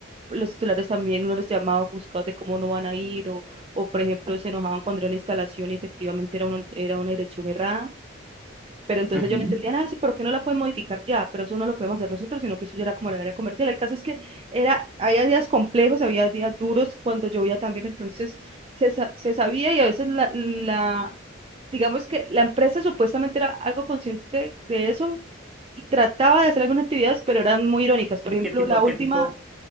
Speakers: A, on the right; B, in the centre.
A: los titulares también uno los llamaba ofuscados de cómo no van a ir o, o, por ejemplo se enojaban cuando era una instalación y efectivamente era una, era una dirección errada. Pero entonces
B: Ujú.
A: yo no entendía nada, sí, ¿por qué no la pueden modificar ya? Pero eso no lo podemos hacer nosotros, sino que eso ya era como el área comercial. El caso es que era, había días complejos, había días duros cuando llovía también, entonces se, sa- se sabía y a veces la, la, digamos que la empresa supuestamente era algo consciente de eso y trataba de hacer algunas actividades, pero eran muy irónicas. Por
B: ¿Y
A: ejemplo,
B: qué tipo,
A: la última,
B: qué tipo,